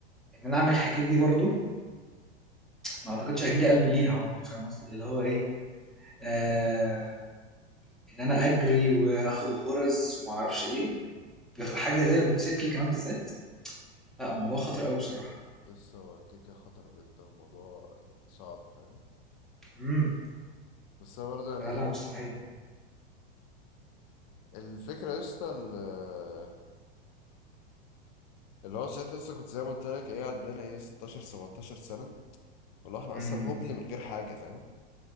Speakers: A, in the centre; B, on the left.
A: إن أنا أعمل الحاجات دي برضه ما أعتقدش هييجي لي قلب ليها برضه فاهم قصدي؟ اللي هو إيه آه إن أنا أجري وآخد غرز وما أعرفش إيه بيخ- حاجة زي
B: اه
A: الموتوسيكل كمان بالذات لا موضوع خطر أوي بصراحة
B: بس هو كيكة خطر بجد هو موضوع صعب فاهم
A: امم
B: بس انا برضه يعني
A: فلا لا مستحيل
B: الفكرة يا اسطى ال- اللي هو ساعتها لسه كنت زي ما قلت لك ايه عندنا ايه 16 17 سنة فاللي هو احنا
A: امم
B: اصلا هبل من غير حاجة فاهم